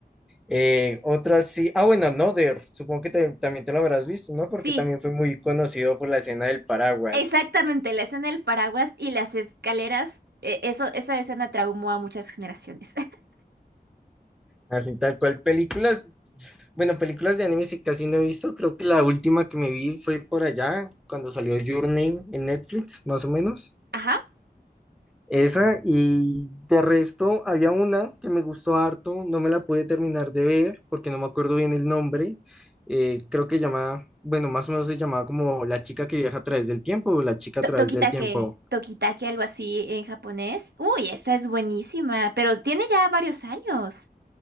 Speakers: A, in the centre; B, on the right.
A: Eh, otras sí, ah bueno, Another, supongo que te- también te lo habrás visto, ¿no? Porque
B: Sí,
A: también fue muy conocido por la escena del paraguas,
B: exactamente, la escena del paraguas y las escaleras, eh, eso, esa escena traumó a muchas generaciones.
A: así tal cual. Películas, bueno, películas de anime sí casi no he visto, creo que la última que me vi fue por allá, cuando salió Your Name en Netflix, más o menos.
B: <laughs> Ajá,
A: Esa, y de resto había una que me gustó harto, no me la pude terminar de ver porque no me acuerdo bien el nombre, eh, creo que llamaba, bueno, más o menos se llamaba como La chica que viaja a través del tiempo o La chica
B: to-
A: a través
B: Tokitake,
A: del tiempo.
B: Tokitake, algo así en japonés. Uy, esa es buenísima, pero tiene ya varios años.